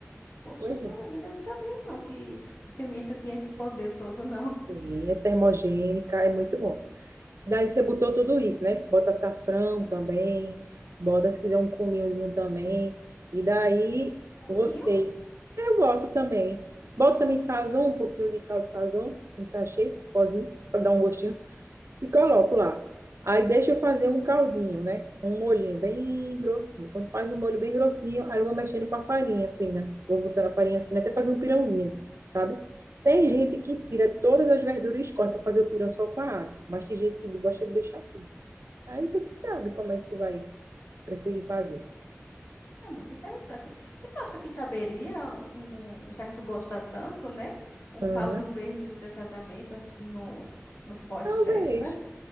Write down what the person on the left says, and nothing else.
Poxa,
que maravilha.
Eu não sabia, não, que a pimenta tinha esse poder todo, não.
Hum,
Sim,
comiam.
É muito interessante. E tu acha que caberia um, um- já que tu gosta tanto, né? Um
caldo verde no teu casamento, assim, no, no pós-festa?